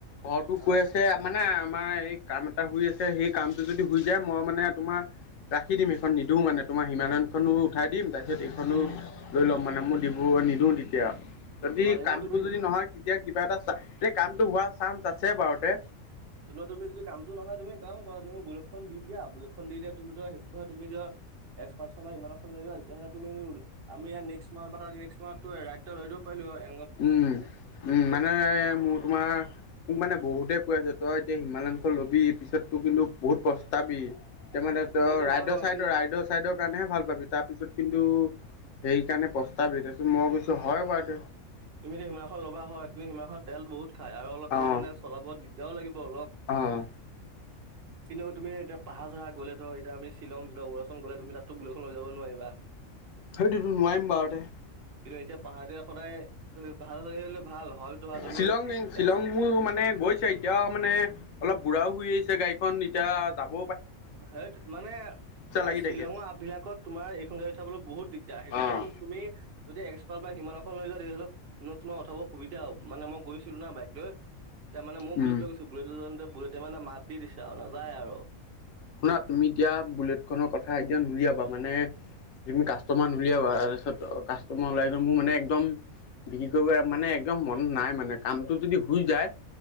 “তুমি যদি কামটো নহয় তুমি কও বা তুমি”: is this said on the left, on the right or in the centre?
Right